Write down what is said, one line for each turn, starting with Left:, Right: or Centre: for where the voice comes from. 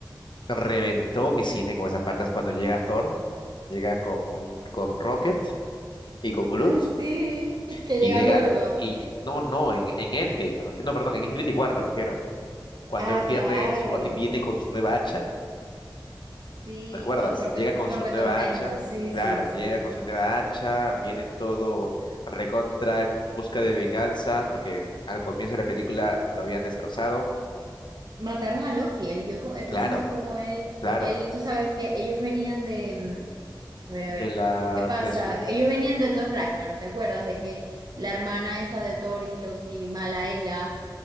Left: reventó mi cine con esa parte es cuando llega Thor, llega con, con Rocket y con Groot.
Right: Ay, sí, <laughs> que
Left: Y
Right: llega
Left: llega,
Right: gordo.
Left: y no, no, en, en Endgame me refiero, no, perdón, en Infinity War me refiero, cuando
Right: Ah,
Left: él pierde
Right: claro.
Left: su, y viene con su nueva hacha,
Right: Sí,
Left: ¿recuerdas?
Right: con rompe,
Left: Llega con su nueva
Right: tormenta,
Left: hacha,
Right: Sí,
Left: claro,
Right: sí,
Left: llega
Right: sí.
Left: con su nueva hacha, viene todo recontra, en busca de venganza, porque al comienzo de la película lo habían destrozado,
Right: Mataron a Loki, él vio, co- él
Left: claro,
Right: presenció como él,
Left: claro,
Right: él, tú sabes que ellos venían de, mm, a ver,
Left: de
Right: a ver,
Left: la,
Right: ¿qué pasa?
Left: de su,
Right: Ellos venían de Thor Ragnarok, ¿te acuerdas? De que la hermana esta de Thor y Loki, Malaela,